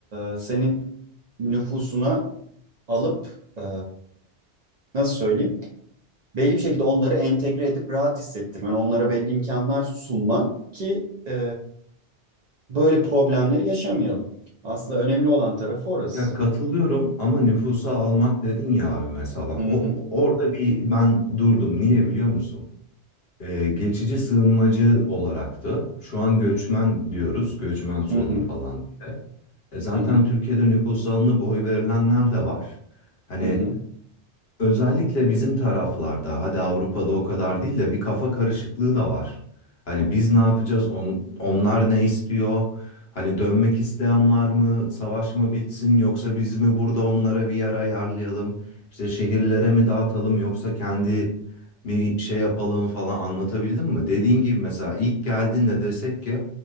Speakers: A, on the right; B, on the left.
A: e, senin nüfusuna alıp e, nasıl söyleyeyim? Belli bir şekilde onları entegre edip rahat hissettirmen. Onlara belli imkanlar sunman ki e, böyle problemleri yaşamayalım. Aslında önemli olan tarafı orası.
B: Ya katılıyorum ama nüfusa almak dedin ya abi mesela bak
A: Hı
B: o
A: hı.
B: orada bir ben durdum. Niye biliyor musun? Ee, geçici sığınmacı olaraktı. Şu an göçmen diyoruz. Göçmen sorunu
A: Hı hı.
B: falan diye. E zaten
A: Hı hı.
B: Türkiye'de nüfusa alınıp oy verilenler de var. Hani
A: Hı hı.
B: Özellikle bizim taraflarda, hadi Avrupa'da o kadar değil de bir kafa karışıklığı da var. Hani biz ne yapacağız, on- onlar ne istiyor? Hani dönmek isteyen var mı? Savaş mı bitsin yoksa biz mi burada onlara bir yer ayarlayalım? İşte şehirlere mi dağıtalım yoksa kendi bir şey yapalım falan anlatabildim mi? Dediğin gibi mesela ilk geldiğinde desek ki